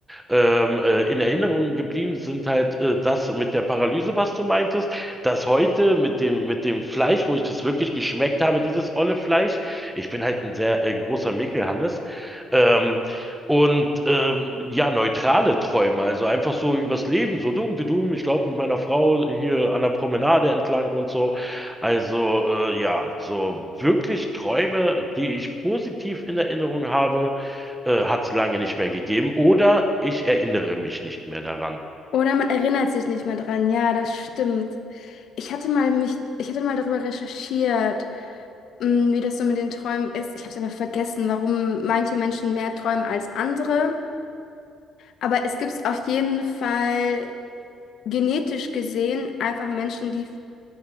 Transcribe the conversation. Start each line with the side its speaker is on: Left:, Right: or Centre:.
Centre: ähm, äh, in Erinnerung geblieben sind halt äh, das mit der Paralyse, was du meintest, das heute mit dem, mit dem Fleisch, wo ich das wirklich geschmeckt habe, dieses olle Fleisch. Ich bin halt ein sehr äh, großer Mäkelhannes. Ähm, Und ähm, ja, neutrale Träume, also einfach so übers Leben, so dumm, du dumm, ich glaube mit meiner Frau hier an der Promenade entlang und so. Also äh, ja, so wirklich Träume, die ich positiv in Erinnerung habe, äh, hat es lange nicht mehr gegeben. Oder ich erinnere mich nicht mehr daran.
Left: Oder man erinnert sich nicht mehr dran. Ja, das stimmt. Ich hatte mal mich, ich hatte mal darüber recherchiert. Mm, Wie das so mit den Träumen ist, ich habe es aber vergessen, warum manche Menschen mehr träumen als andere. Aber es gibt auf jeden Fall genetisch gesehen einfach Menschen, die